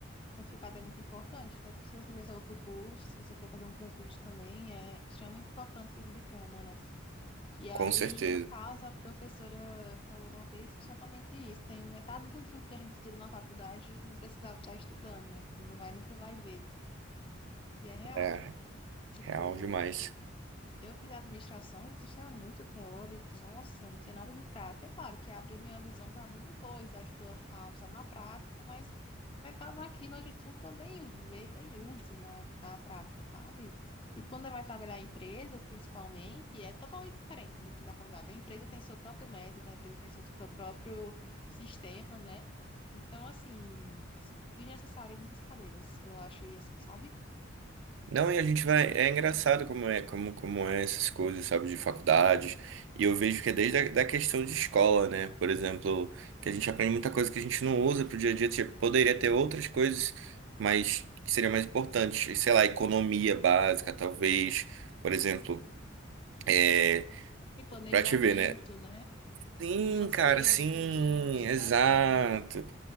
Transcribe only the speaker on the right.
com certeza.
É
real demais.
Não, e a gente vai. É engraçado como é, como, como é essas coisas, sabe, de faculdades. E eu vejo que é desde a da questão de escola, né? Por exemplo, que a gente aprende muita coisa que a gente não usa pro dia a dia. Tipo, poderia ter outras coisas, mas que seriam mais importantes. Sei lá, economia básica, talvez. Por exemplo, é,
pra te ver, né?
Sim,
cara, sim,
exato